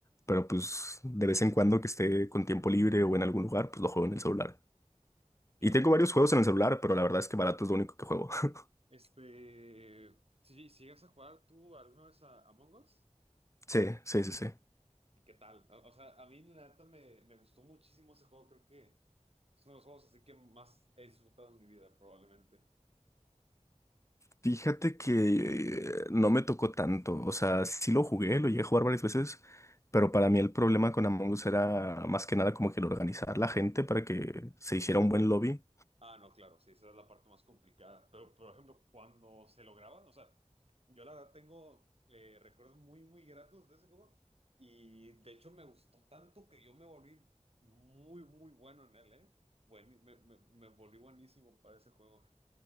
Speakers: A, on the left; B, on the right.
A: pero pues de vez en cuando que esté con tiempo libre o en algún lugar, pues lo juego en el celular.
B: claro.
A: Y tengo varios juegos en el celular, pero la verdad es que barato es lo único que juego. <laughs>
B: Este, sí, si llegas a jugar tú alguna vez a Among Us,
A: Sí, sí, sí, sí.
B: ¿y qué tal? O, o sea, a mí la neta me, me gustó muchísimo ese juego, creo que... Es uno de los juegos así que más he disfrutado en mi vida, probablemente.
A: Fíjate que eh, no me tocó tanto. O sea, sí lo jugué, lo llegué a jugar varias veces, pero para mí el problema con Among Us era más que nada como que el organizar la gente para que se hiciera
B: Ah,
A: un buen lobby.
B: ah, no, claro, sí, esa es la parte más complicada. Pero, por ejemplo, cuando se lo lograban, o sea, yo la verdad tengo eh, recuerdos muy, muy gratos de ese juego. Y de hecho me gustó tanto que yo me volví muy, muy bueno en él, ¿eh? Buen- me, me- me volví buenísimo para ese juego.